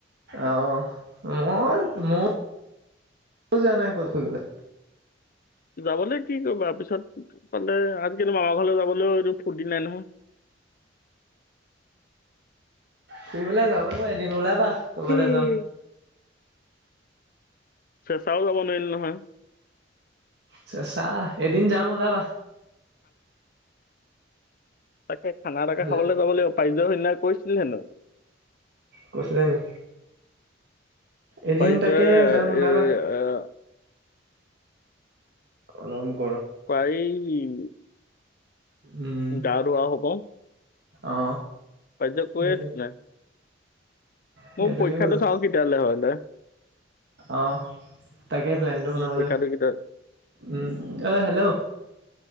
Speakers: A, on the right (about 60°); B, on the left (about 50°).
A: অহ মই মোৰ যোৱা নাই কলৈ ফুৰিবলে।
B: যাবলৈ কি কৰিবা পিছত মানে আ', কিন্তু মামা ঘৰলৈ যাবলৈও এইটো ফুৰৰ্তি নাই নহয়।
A: ফুৰিবলৈ যাব ন এদিন ওলাবা কবলে
B: উম।
A: যাম।
B: চেচাও যাব নোৱাৰিল নহয়।
A: চেচা এদিন যাম ওলাবা।
B: তাকে খানা এতাকে
A: হলে
B: খাবলে যাব লাগিব। ফাইজ হ্যাই কৈছিল হেনো।
A: কৈছিলে নি? এদিন
B: পাৰিজয়
A: তাকে যাম ওলাবা।
B: এই আহ,
A: অলপ <unintelligible>
B: পাৰিম
A: উম
B: গা-ধোৱা হব
A: অ।
B: <inaudible>
A: সেইটো সেইটোকে
B: মোৰ পৰীক্ষাটো
A: কৰিব।
B: চাও কেতিয়ালে হয়।
A: অ তাকে প্লেনটো বনাব
B: মোৰ পৰীক্ষাটো
A: লাগিব।
B: কেতিয়া
A: উম, অ হেল্ল'